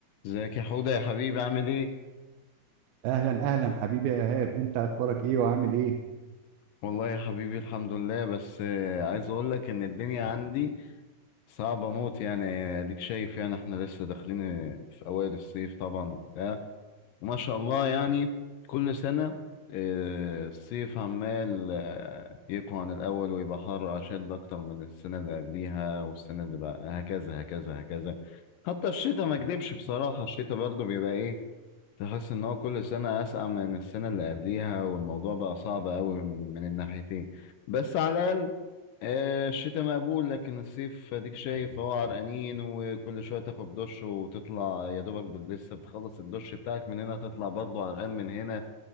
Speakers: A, on the left (about 75°); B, on the right (about 80°).
A: ازيك يا حوده يا حبيبي عامل ايه
B: اهلا اهلا حبيبي يا ايهاب انت اخبارك ايه وعامل ايه
A: والله يا حبيبي الحمد لله بس آه، عايز اقول لك ان الدنيا عندي صعبه موت يعني اديك شايف يعني احنا لسه داخلين آه، في اوائل الصيف طبعا وبتاع وما شاء الله يعني كل سنه آه، الصيف عمال آه، يقوى عن الاول ويبقى حر اشد اكتر من السنه اللي قبليها والسنه اللي بقى هكذا هكذا هكذا حتى الشتاء ما اكدبش بصراحه الشتاء برضه بيبقى ايه تحس ان هو كل سنة اسقع من السنة اللي قبليها والموضوع بقى صعب قوي من الناحيتين بس على الاقل آه، الشتاء مقبول لكن الصيف اديك شايف هو عرقانين وكل شوية تاخد دش وتطلع يا دوبك بال- لسه بتخلص الدش بتاعك من هنا تطلع برضه عرقان من هنا